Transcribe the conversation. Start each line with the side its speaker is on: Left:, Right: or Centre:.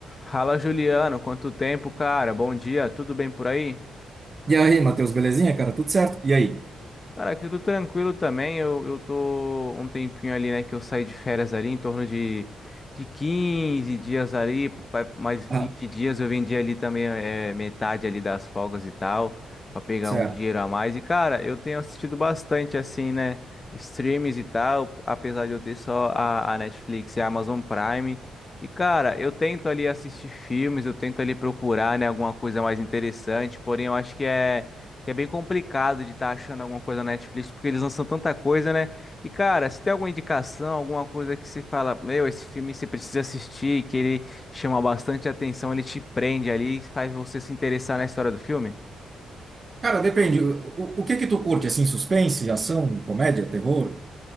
Left: Fala, Juliano, quanto tempo, cara? Bom dia, tudo bem por aí?
Right: E aí, Matheus, belezinha, cara? Tudo certo? E aí?
Left: Cara, aqui tudo tranquilo também. Eu, eu tô um tempinho ali, né? Que eu saí de férias ali, em torno de, de 15 dias ali, pa- mais vinte
Right: Ah,
Left: dias. Eu vendi ali também é, metade ali das folgas e tal, pra pegar
Right: certo.
Left: um dinheiro a mais. E, cara, eu tenho assistido bastante, assim, né? Streams e tal, apesar de eu ter só a, a Netflix e a Amazon Prime. E, cara, eu tento ali assistir filmes, eu tento ali procurar, né? Alguma coisa mais interessante, porém eu acho que é que é bem complicado de estar achando alguma coisa na Netflix, porque eles lançam tanta coisa, né? E, cara, se tem alguma indicação, alguma coisa que você fala, meu, esse filme você precisa assistir, que ele chama bastante atenção, ele te prende ali e faz você se interessar na história do filme?
Right: Cara, depende. O, o que que tu curte, assim, suspense, ação, comédia, terror?